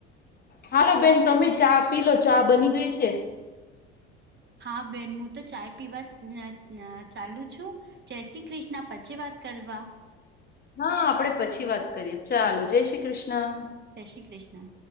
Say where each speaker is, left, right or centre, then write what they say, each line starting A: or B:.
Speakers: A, on the left; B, on the right.
A: હાલો બેન તમે ચા પીલો ચા બની ગઈ છે.
B: હા બેન હું તો ચાય પીવા ચાલુ છું. જય શ્રી કૃષ્ણ, પછી વાત કરવા
A: હા, આપડે પછી વાત કરીએ ચાલો જય શ્રી કૃષ્ણ.
B: જય શ્રી કૃષ્ણ.